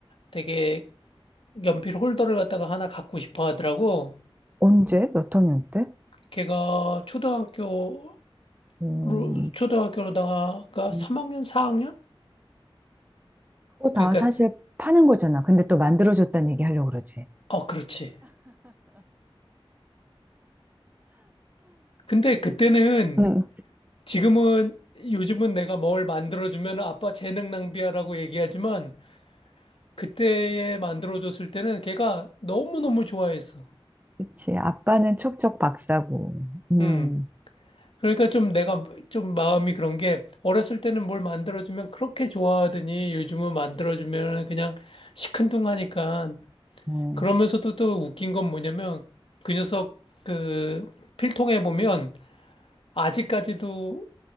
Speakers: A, on the left; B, on the right.
A: 되게 연필 홀더를 갖다가 하나 갖고 싶어 하더라고.
B: 언제? 몇 학년 때?
A: 걔가 초등학교
B: 음,
A: 로- 초등학교로다가
B: 음.
A: 3학년, 4학년?
B: 그거
A: 그러니까
B: 다 사실 파는 거잖아. 근데 또 만들어줬다는 얘기 하려고 그러지.
A: 어 그렇지. 근데 그때는
B: 응.
A: 지금은 요즘은 내가 뭘 만들어주면 아빠 재능 낭비야라고 얘기하지만 그때에 만들어줬을 때는 걔가 너무너무 좋아했어.
B: 그치. 아빠는 척척 박사고. 음,
A: 음. 그러니까 좀 내가 좀 마음이 그런 게 어렸을 때는 뭘 만들어주면 그렇게 좋아하더니 요즘은 만들어주면 그냥 시큰둥하니까
B: 어,
A: 그러면서도 또 웃긴 건 뭐냐면 그 녀석 그 필통에 보면 아직까지도